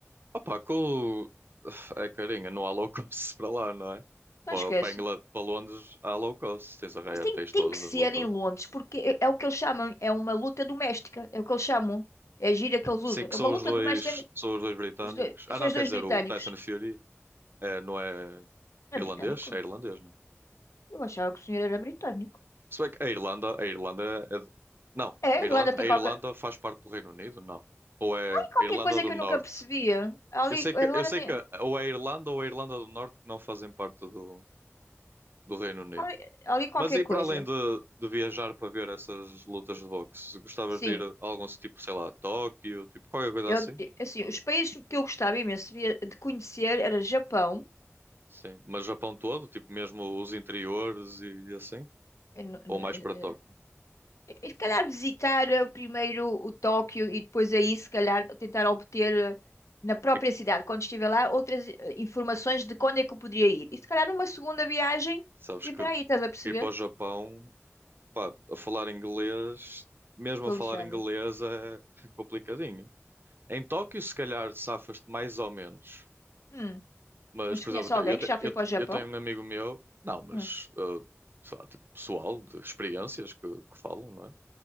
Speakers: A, on the right; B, on the left.
A: Opa, com... o- <sighs> É carinha, não há low cost <laughs> para lá, não é?
B: não
A: Para,
B: esquece.
A: para, Inglaterra, para Londres há low cost. Tens a Ryanair,
B: Mas tem,
A: tens
B: tem
A: todas
B: que ser
A: as low cost.
B: em Londres, porque é, é o que eles chamam, é uma luta doméstica, é o que eles chamam, é a gíria que eles usam,
A: Sim, que
B: é
A: são
B: uma luta
A: os dois,
B: doméstica, entre
A: são os dois britânicos.
B: os dois-
A: Ah,
B: são
A: não,
B: os
A: quer
B: dois
A: dizer,
B: britânicos.
A: o Tyson Fury é, não é
B: É
A: irlandês?
B: britânico?
A: É irlandês, não é?
B: Eu achava que o senhor era britânico.
A: Se bem que a Irlanda, a Irlanda é. de- Não,
B: É, a
A: a Irlanda,
B: Irlanda tem
A: a Irlanda
B: qualquer,
A: faz parte do Reino Unido, não. Ou é
B: tem
A: a
B: qualquer
A: Irlanda
B: coisa
A: do
B: que
A: Norte.
B: eu nunca percebia. Ali,
A: Eu sei
B: a
A: que,
B: Irlanda
A: eu sei
B: tem
A: que ou é a Irlanda ou é a Irlanda do Norte que não fazem parte do, do Reino Unido.
B: ali ali qualquer
A: Mas e
B: coisa,
A: para além de, de viajar para ver essas lutas de boxe, gostavas
B: sim.
A: de ir a algum tipo, sei lá, a Tóquio, tipo qualquer coisa
B: Eu,
A: assim?
B: eh, assim, os países que eu gostava imenso via- de conhecer era Japão,
A: Sim, mas Japão todo, tipo mesmo os interiores e assim?
B: eh, n- n-
A: Ou mais para
B: eh,
A: Tóquio?
B: eh, e se calhar visitar eh, primeiro o Tóquio e depois aí se calhar tentar obter eh, na própria
A: É que
B: cidade, quando estiver lá, outras eh, informações de quando é que eu poderia ir. E se calhar numa segunda viagem
A: sabes
B: e
A: que
B: para aí, estás a perceber?
A: ir para o Japão pá, a falar inglês, mesmo
B: Estou
A: a falar
B: lixada.
A: inglês é <laughs> complicadinho. Em Tóquio, se calhar, safas-te mais ou menos.
B: Hum,
A: Mas,
B: Mas
A: por
B: tu conheces
A: exemplo, eu, te-
B: alguém
A: eu, te-
B: que já foi
A: eu
B: para
A: te-
B: o Japão?
A: eu tenho um amigo meu, não, mas,
B: Hum,
A: ah, sei lá, tipo, pessoal, de experiências que, que falam, não é?